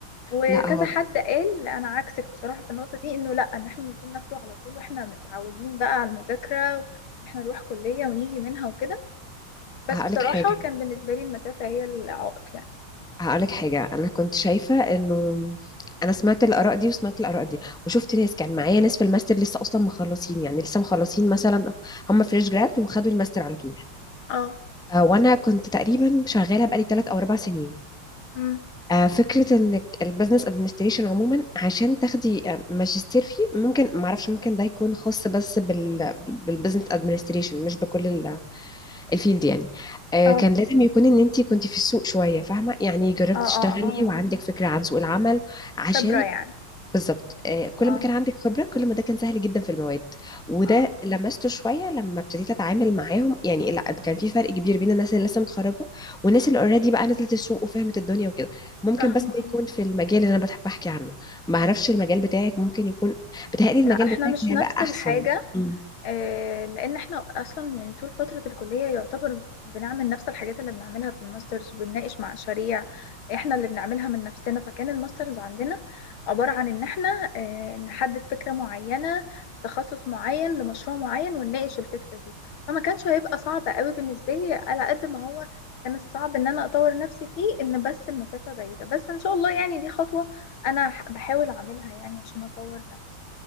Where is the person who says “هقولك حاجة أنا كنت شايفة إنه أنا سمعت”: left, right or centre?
Centre